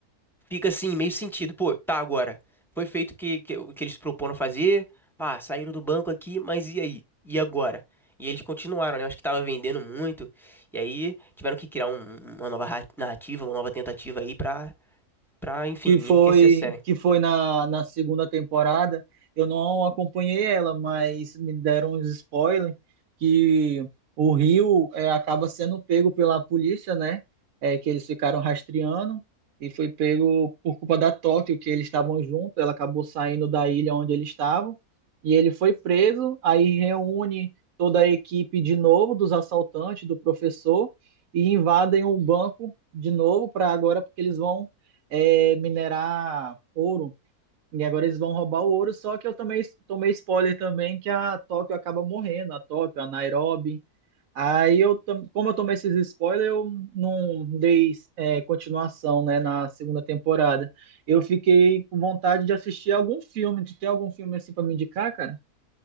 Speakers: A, in the centre; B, on the right.
A: fica assim, meio sentido. Pô, tá agora. Foi feito o que, que, o que eles proporam fazer. Pá, saíram do banco aqui, mas e aí? E agora? E eles continuaram, né? Acho que tava vendendo muito. E aí tiveram que criar um- uma nova ra- narrativa, uma nova tentativa aí pra, pra, enfim,
B: que foi
A: enriquecer a série.
B: que foi na, na segunda temporada. Eu não acompanhei ela, mas me deram uns spoilers que o Rio é, acaba sendo pego pela polícia, né? É, que eles ficaram rastreando e foi pego por culpa da Tóquio, que eles estavam juntos. Ela acabou saindo da ilha onde eles estavam e ele foi preso. Aí reúne toda a equipe de novo dos assaltantes, do professor e invadem o banco de novo para agora porque eles vão é, minerar ouro. E agora eles vão roubar o ouro, só que eu também tomei spoiler também que a Tóquio acaba morrendo, a Tóquio, a Nairobi. Aí eu, tam- como eu tomei esses spoilers, eu não dei é, continuação, né, na segunda temporada. Eu fiquei com vontade de assistir algum filme. Tu tem algum filme assim para me indicar, cara?